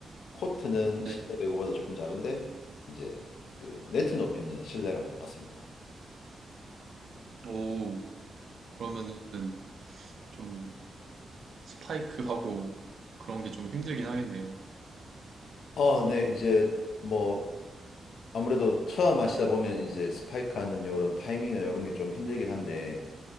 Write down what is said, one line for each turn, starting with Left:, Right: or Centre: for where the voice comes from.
Left: 코트는
Right: 네.
Left: 실내 배구보다 조금 작은데 이제 그 네트 높이는 실내랑 똑같습니다.
Right: 오, 그러면은 좀 스파이크하고 그런 게 좀 힘들긴 하겠네요.
Left: 어, 네. 이제 뭐 아무래도 처음 하시다 보면 이제 스파이크하는 요런 타이밍이나 요런 게 좀 힘들긴 한데